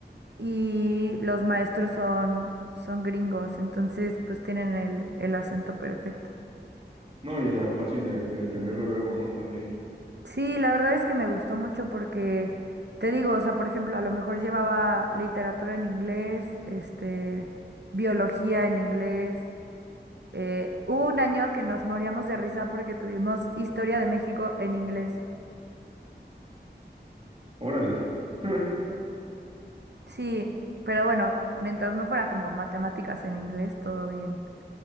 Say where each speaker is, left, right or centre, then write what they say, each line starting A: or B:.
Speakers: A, on the right (about 70°); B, on the right (about 35°).
A: y los maestros son, son gringos. Entonces, pues tienen el, el acento perfecto.
B: No, y ya fácil de, de entenderlo luego, ¿no? También,
A: Sí, la verdad es que me gustó mucho porque, te digo, o sea, por ejemplo, a lo mejor llevaba literatura en inglés, este, biología en inglés. Eh, hubo un año que nos moríamos de risa porque tuvimos Historia de México en inglés.
B: órale. <laughs>
A: Sí, pero bueno, mientras no fuera como matemáticas en inglés, todo bien.